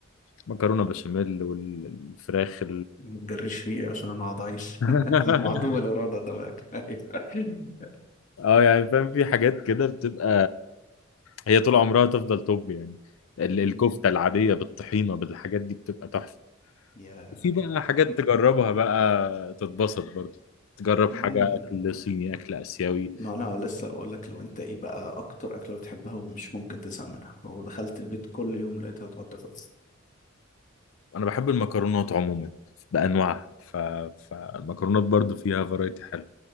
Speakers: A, on the left (about 75°); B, on the left (about 40°).
A: المكرونة بشاميل والفراخ
B: ما تجريش ريقي عشان انا هقعد اعيش
A: <laughs>
B: <laughs> انا معدوم الاراده ده من الاكل أيوة.
A: اه يعني فاهم في حاجات كده بتبقى هي طول عمرها تفضل توب يعني ال-
B: <laughs> أمم،
A: الكفتة العادية بالطحينة بالحاجات دي بتبقى تحفة
B: يا
A: في بقى حاجات
B: <laughs>
A: تجربها بقى تتبسط برضه تجرب
B: مم.
A: حاجة أكل صيني أكل آسيوي
B: ما انا لسه اقول لك لو انت ايه بقى اكتر اكله بتحبها ومش ممكن تزهق منها لو دخلت البيت كل يوم لقيتها تقعد تاكل
A: أنا بحب المكرونات عموما بأنواعها ف... فالمكرونات برضه فيها فرايتي حلو